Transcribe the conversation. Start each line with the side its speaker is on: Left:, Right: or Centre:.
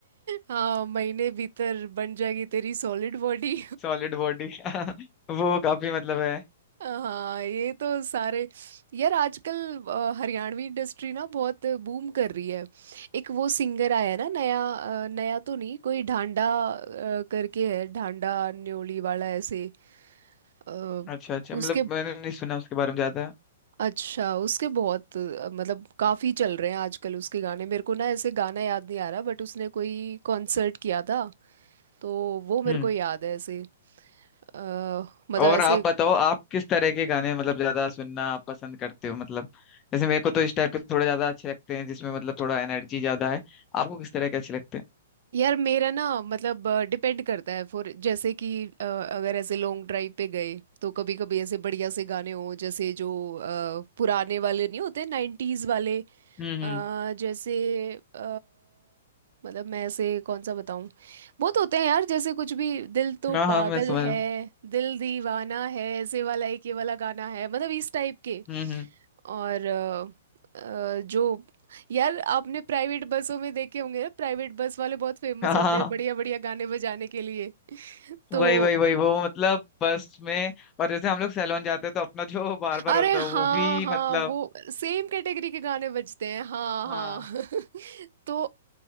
Right: हाँ महीने भीतर बन जाएगी तेरी सॉलिड बॉडी
Left: सॉलिड बॉडी <laughs> वो काफी मतलब है
Right: हाँ ये तो सारे यार आजकल अ, हरियाणवी इंडस्ट्री ना बहुत बूम कर रही है एक वो सिंगर आया है ना नया अ, नया तो नहीं कोई ढांडा अ, करके है ढांडा न्योली वाला ऐसे अ,
Left: अच्छा अच्छा
Right: उसके
Left: मतलब मैंने नहीं सुना उसके बारे में ज्यादा
Right: अच्छा उसके बहुत अ, मतलब काफी चल रहे हैं आजकल उसके गाने मेरे को ना ऐसे गाना याद नहीं आ रहा बट उसने कोई कॉन्सर्ट किया था तो वो मेरे
Left: हम्म
Right: को याद है ऐसे अ, मतलब
Left: और
Right: ऐसे
Left: आप बताओ आप किस तरह के गाने मतलब ज्यादा सुनना आप पसंद करते हो मतलब जैसे मेरे को तो इस टाइप के थोड़े ज्यादा अच्छे लगते हैं जिसमें मतलब थोड़ा एनर्जी ज्यादा है आपको किस तरह के अच्छे लगते हैं
Right: यार मेरा ना मतलब डिपेंड करता है फॉर जैसे कि अ, अगर ऐसे लॉन्ग ड्राइव पे गए तो कभी कभी ऐसे बढ़िया से गाने हो जैसे जो अ, पुराने वाले नहीं होते नाइन्टीज वाले
Left: हम्म हम्म
Right: अ, जैसे अ, मतलब मैं ऐसे कौन सा बताऊं बहुत होते हैं यार जैसे कुछ भी दिल तो
Left: हाँ हाँ
Right: पागल
Left: मैं समझ
Right: है
Left: रहा हूँ
Right: दिल दीवाना है ऐसे वाला एक ये वाला गाना है मतलब इस टाइप के
Left: हम्म हम्म
Right: और अ, अ, जो यार आपने प्राइवेट बसों में देखे होंगे ना, प्राइवेट बस वाले बहुत फेमस
Left: हाँ
Right: होते
Left: हाँ
Right: हैं बढ़िया बढ़िया गाने बजाने के लिए <laughs> तो
Left: वही वही वही वो मतलब बस में और जैसे हम लोग सैलून जाते हैं तो अपना जो <laughs> बार्बर
Right: अरे
Left: होता है वो
Right: हाँ
Left: भी
Right: हाँ
Left: मतलब
Right: वो सेम कैटेगरी के गाने बजते हैं हाँ
Left: हाँ
Right: हाँ <laughs> तो